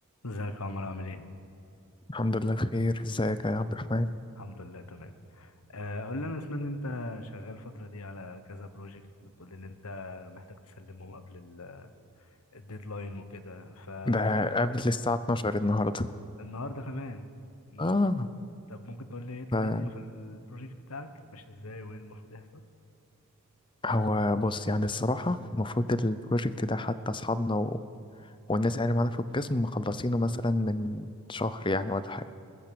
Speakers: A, on the left; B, on the left.
A: ازيك يا عمر عامل ايه؟
B: الحمد لله بخير ازيك يا عبد الرحمن
A: الحمد لله تمام آه، قول لي انا سمعت إن انت شغال الفترة دي على كذا بروجكت بتقول لي ان انت محتاج تسلمهم قبل ال- الديدلاين وكده فممكن
B: ده
A: تقول
B: قبل
A: لي
B: الساعة 12 النهاردة
A: النهارده كمان مم.
B: اه
A: طب ممكن تقول لي ايه الدنيا
B: ف-
A: في البروجكت بتاعك ماشي ازاي وايه المفروض يحصل؟
B: هو بص يعني الصراحة المفروض البروجكت ده حتى أصحابنا و... والناس اللي معانا في القسم مخلصينه مثلا من شهر يعني ولا حاجة